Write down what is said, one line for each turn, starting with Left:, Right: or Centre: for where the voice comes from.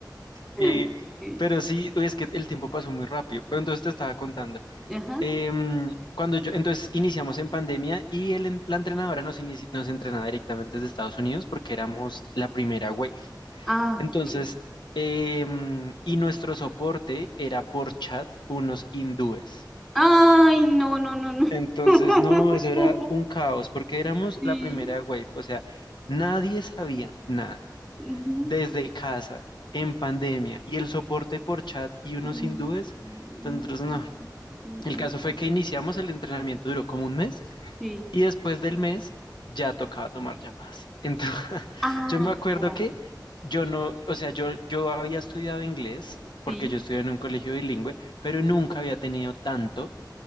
Left: Eh,
Centre: Ok.
Left: pero sí, uy, es que el tiempo pasó muy rápido. Pero entonces te estaba contando.
Centre: Ajá.
Left: Em, cuando yo, entonces iniciamos en pandemia y el en- la entrenadora nos, inici- nos entrenaba directamente desde Estados Unidos porque éramos la primera wave.
Centre: Ah,
Left: Entonces,
Centre: ok.
Left: em, y nuestro soporte era por chat unos hindúes.
Centre: Ay, no, no, no, no.
Left: Entonces,
Centre: <laughs>
Left: no, eso era un caos, porque éramos
Centre: Sí.
Left: la primera wave, o sea, nadie sabía nada,
Centre: Ujú.
Left: desde casa, en pandemia, y el soporte por chat y unos
Centre: Mm,
Left: hindúes,
Centre: mm, mm,
Left: entonces no.
Centre: mm,
Left: El
Centre: mm,
Left: caso
Centre: mm.
Left: fue
Centre: mm.
Left: que iniciamos el entrenamiento, duró como un mes,
Centre: Sí.
Left: y después del mes ya tocaba tomar llamadas. Entonces, <laughs>
Centre: Ah,
Left: yo me acuerdo
Centre: carajo.
Left: que yo no, o sea, yo, yo había estudiado inglés, porque
Centre: Sí,
Left: yo estudié en un colegio bilingüe, pero nunca había tenido tanto